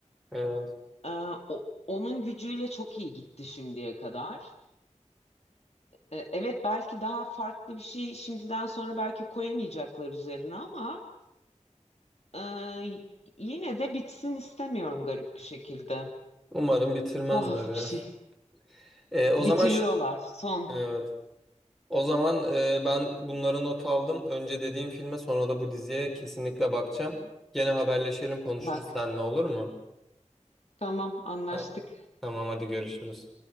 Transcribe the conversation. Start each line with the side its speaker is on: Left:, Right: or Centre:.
Centre: Evet.
Left: E, o- onun gücüyle çok iyi gitti şimdiye kadar. E, evet belki daha farklı bir şey şimdiden sonra belki koyamayacaklar üzerine ama e, yine de bitsin istemiyorum garip bir şekilde.
Centre: Umarım bitirmezler
Left: Tuhaf bir
Centre: ya.
Left: şey.
Centre: <laughs> E, o
Left: Bitiriyorlar.
Centre: zaman ş-
Left: Son.
Centre: evet. O zaman e, ben bunları not aldım. Önce dediğim filme sonra da bu diziye kesinlikle bakacağım. Gene haberleşelim konuşuruz
Left: Bak.
Centre: seninle olur mu?
Left: Tamam anlaştık.
Centre: Tamam tamam, hadi görüşürüz.